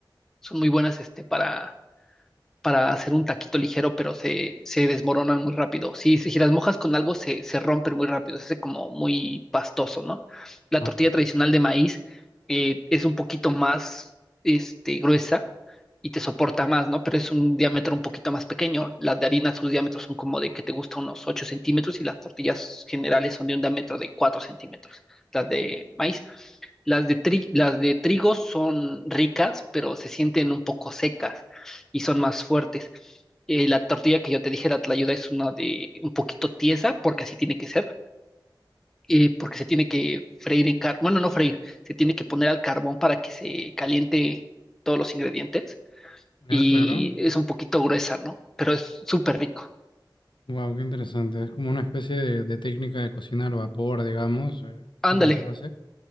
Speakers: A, in the centre; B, on the left.
A: son muy buenas este, para para hacer un taquito ligero, pero se, se desmoronan muy rápido. Sí, Si, si las mojas con algo, se, se rompen muy rápido, se hace como muy pastoso, ¿no? La
B: Ah,
A: tortilla tradicional de maíz eh, es un poquito más este, gruesa y te soporta más, ¿no? Pero es un diámetro un poquito más pequeño. Las de harina, sus diámetros son como de que te gusta unos 8 centímetros y las tortillas generales son de un diámetro de 4 centímetros, las de maíz. Las de tri- las de trigo son ricas, pero se sienten un poco secas y son más fuertes. Eh, la tortilla que yo te dije, la tlayuda, es una de un poquito tiesa, porque así tiene que ser, eh, porque se tiene que freír en carbón, bueno, no freír, se tiene que poner al carbón para que se caliente todos los ingredientes
B: Ya,
A: y
B: claro.
A: es un poquito gruesa, ¿no? Pero es súper rico.
B: Wow, qué interesante. Es como una especie de, de técnica de cocina al vapor, digamos. eh,
A: Ándale,
B: vamos a decirlo así.